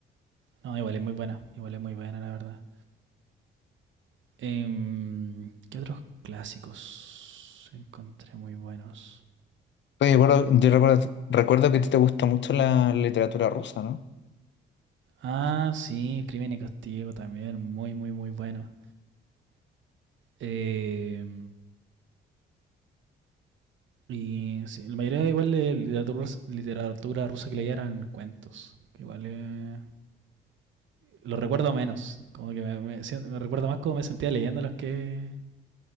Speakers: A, on the right; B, on the left.
A: No, igual es muy buena, igual es muy buena, la verdad. Em, ¿qué otros clásicos encontré muy buenos?
B: Oye, recuerdo- yo recuerdo, recuerdo que a ti te gusta mucho la literatura rusa, ¿no?
A: Ah, sí, Crimen y Castigo también, muy, muy, muy bueno. Em, y sí, la mayoría igual de literatura, literatura rusa que leía eran cuentos. que Igual eh, lo recuerdo menos, como que me, me sien- me recuerdo más cómo me sentía leyendo los que